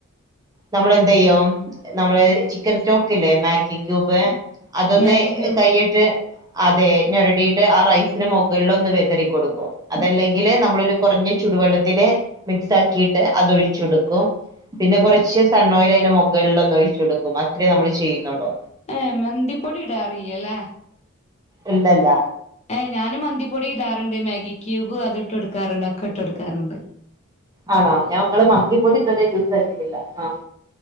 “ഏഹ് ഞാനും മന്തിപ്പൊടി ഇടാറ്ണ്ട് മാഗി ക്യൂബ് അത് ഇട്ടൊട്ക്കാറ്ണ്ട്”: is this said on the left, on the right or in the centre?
Left